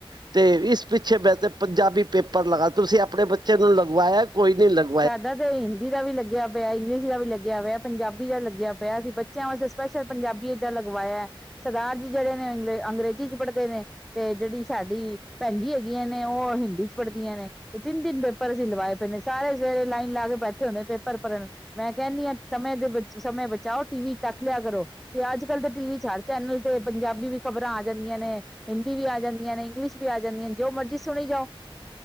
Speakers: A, on the right; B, in the centre.
A: ਤੇ ਇਸ ਪਿੱਛੇ ਬੈ ਤੇ ਪੰਜਾਬੀ ਪੇਪਰ ਲਗਾ ਤੁਸੀ ਆਪਣੇ ਬੱਚੇ ਨੂੰ ਲਗਵਾਇਆ, ਕੋਈ ਨੀ ਲਗ-
B: ਸਾਡਾ ਤੇ ਹਿ ਦੀ ਦਾ ਵੀ ਲਗਿਆ ਪਿਐ, ਇੰਗਲਿਸ਼ ਦਾ ਵੀ ਲਗਿਆ ਪਿਐ, ਪੰਜਾਬੀ ਦਾ ਲਗਿਆ ਪਿਐ। ਅਸੀਂ ਬੱਚਿਆਂ ਵਾਸੇ ਸਪੈਸ਼ਲ ਪੰਜਾਬੀਏ ਦਾ ਲਗਵਾਇਐ। ਸਰਦਾਰ ਜੀ ਜੇੜੇ ਨੇ ਇੰਗਲੇ ਅੰਗਰੇਜ਼ੀ 'ਚ ਪੜ੍ਹਦੇ ਨੇ। ਤੇ ਜੇੜੀ ਸਾਡੀ ਭੈਣਜੀ ਹੈਗੀਆਂ ਨੇ, ਉਹ ਹਿੰਦੀ 'ਚ ਪੜ੍ਹਦੀਆਂ ਨੇ। ਤੇ ਤਿੰਨ-ਤਿੰਨ ਪੇਪਰ ਅਸੀ ਲਵਾਏ ਪਏ ਨੇ, ਸਾਰੇ ਸਵੇਰੇ ਲਾਈਨ ਲਾ ਕੇ ਬੈਠੇ ਹੁੰਦੇ ਪੇਪਰ ਪਰਨ। ਮੈਂ ਕੈਂਨੀ ਆ ਸਮੇਂ ਦੇ ਬੱਚ, ਸਮੇਂ ਬਚਾਓ ਟੀ ਵੀ ਤੱਕ ਲਿਆ ਕਰੋ। ਤੇ ਅੱਜ-ਕੱਲ੍ਹ ਦੇ ਟੀ ਵੀ 'ਚ ਹਰ ਚੈਨਲ ਤੇ ਪੰਜਾਬੀ ਵੀ ਖ਼ਬਰਾਂ ਆ ਜਾਂਦੀਆ ਨੇ। ਹਿੰਦੀ ਵੀ ਆ ਜੰਦਿਆ ਨੇ, ਇੰਗਲਿਸ਼ ਵੀ ਆ ਜੰਦਿਆ ਨੇ। ਜੋ ਮਰਜ਼ੀ ਸੁਣੀ ਜਾਓ।